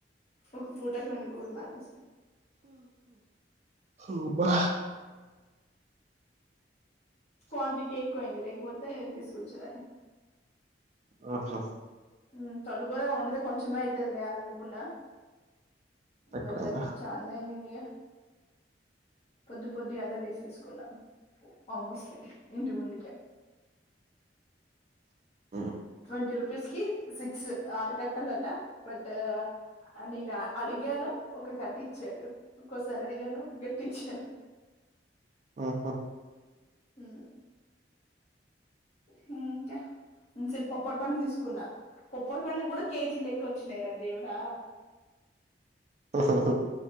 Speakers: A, on the left (about 35°); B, on the right (about 40°).
A: ఒక పూటకు రెండు కూరల అనేసి
B: అమ్మా!
A: క్వాంటిటీ ఎక్కువయింది లేకపోతే తీసుకొచ్చేదాన్ని
B: ఆహా
A: మ్ తోటకూర ఒండితె కొంచమే ఐతది లే అని అనుకున్నా
B: ఎక్కువైందా?
A: బట్ అది ఛాలన్ య పొద్దు పొద్దు గాల దీ తీసుకున్నాను ఆమొస్తే ఇంటి ముందుకే
B: హ్మ్.
A: ట్వంటీ రూ పీస్ కి సిక్స్ ఆరు కట్టలట బట్ ఆ నేను అడిగాను ఒక కట్ట ఇచ్చాడు ఇంకోసారి అడిగాను ఒక గట్టి ఇచ్చాడు
B: ఆహా
A: హూ హూ ఇంకా ఇంతసేపు పప్పటోను తీసుకున్నా పప్పొరు పండ్లు కూడా కేజీ లెక్క వచ్చినాయి రా దేవుడా
B: హూ‌ హూ